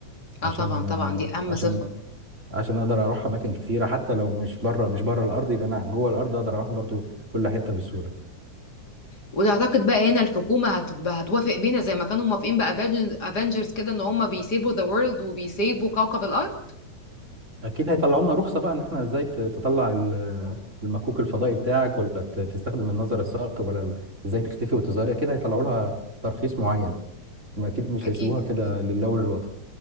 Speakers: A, on the left (about 35°); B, on the right (about 25°).
A: اه
B: عشان
A: طبعا
B: آه،
A: طبعا دي اهم
B: عشان
A: صفة
B: عشان اقدر اروح اماكن كتيره حتى لو مش بره مش بره الارض يبقى انا جوه الارض اقدر اروح برضو كل حته بسهوله
A: وتعتقد بقى هنا الحكومة هتبقى هتوافق بينا زي ما كانوا موافقين بافنجرز كده ان هم بيسيبوا ذا وورلد وبيسيبوا كوكب الارض
B: اكيد هيطلعوا لنا رخصه بقى ان احنا ازاي ت- تطلع ال- المكوك الفضائي بتاعك ولا ت- تستخدم النظر الثاقب ولا ال- ازاي تختفي وتظهري اكيد هيطلعوا لها ترخيص معين ما اكيد مش
A: اكيد
B: هيسيبوها
A: اكيد
B: كده لله وللوطن